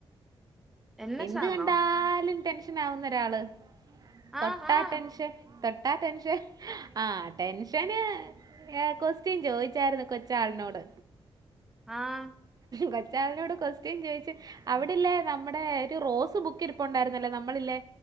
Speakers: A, in the centre; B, on the right (about 40°).
A: എൻ എസ്
B: എന്ത്
A: ആന്നോ
B: കണ്ടാലും ടെൻഷനാകുന്ന ഒരാള്. തൊട്ടാ
A: ആഹ് ആഹ്
B: ടെൻഷൻ തൊ ട്ടാ ടെൻഷൻ ആഹ് ടെൻഷന് ഏഹ് കൊസ്റ്റ്യൻ ചോയിച്ചായിരുന്നു കൊച്ചാളിനോട്.
A: ആഹ്
B: കൊച്ചാളിനോട് ക്വസ്റ്റ്യൻ ചോയിച്ച് അവിടെ ഇല്ലേ നമ്മുടെ ഒരു റോസ് ബുക്ക് ഇരിപ്പുണ്ടായിരുന്നല്ലോ നമ്മളില്ലെ.